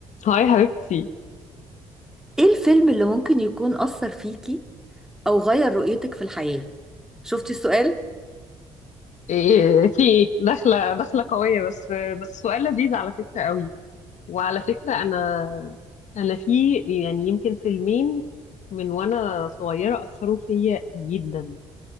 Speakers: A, on the left; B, in the centre.
A: هاي حبيبتي
B: ايه الفيلم اللي ممكن يكون أثر فيكي أو غير رؤيتك في الحياة؟ شفتي السؤال؟
A: إيه في ايه داخله داخله قويه بس بس سؤال لذيذ على فكره قوي وعلى فكره انا انا في يعني يمكن فيلمين من وانا صغيره اثروا فيا جدا